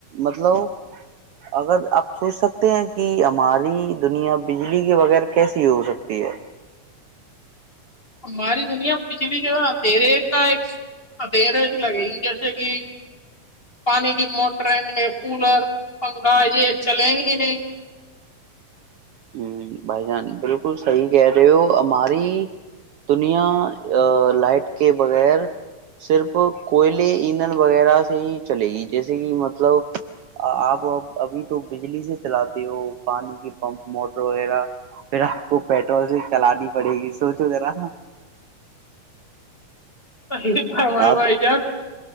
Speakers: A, on the right; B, on the left.
A: مطلب اگر آپ سوچ سکتے ہیں کہ ہماری دنیا بجلی کے بغیر کیسی ہو سکتی ہے
B: ہماری دنیا بجلی کے اندھیرے کا ایک اندھیرے لگے گی جیسے کہ پانی کی موٹریں کولر پنکھا یہ چلیں گی نہیں
A: ہ بھائی جان بالکل صحیح کہہ رہے ہو ہماری دنیا لائٹ کے بغیر صرف کوئلے ایندھن وغیرہ سے ہی چلے گی جیسے کہ مطلب آپ ا ابھی تو بجلی سے چلاتے ہو پانی کے پمپ موٹر وغیرہ پھر آپ کو پیٹرول سے چلانی پڑے گی سوچو ذرا
B: صحیح فرمائے
A: آپ
B: بھائی جان